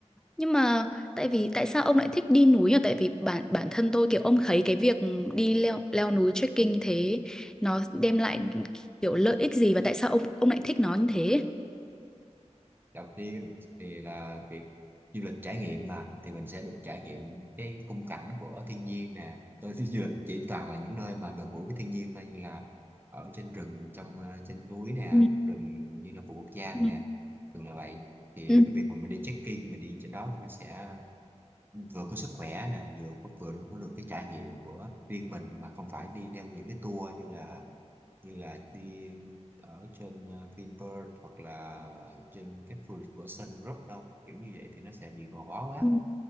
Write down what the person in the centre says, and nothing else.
nhưng mà tại vì tại sao ông lại thích đi núi nhỉ? Tại vì bản bản thân tôi kiểu ông thấy cái việc đi leo leo núi trekking như thế nó đem lại kiểu lợi ích gì và tại sao ông ông lại thích nó như thế?
Ừ,
ừ,
ừ,
ừ,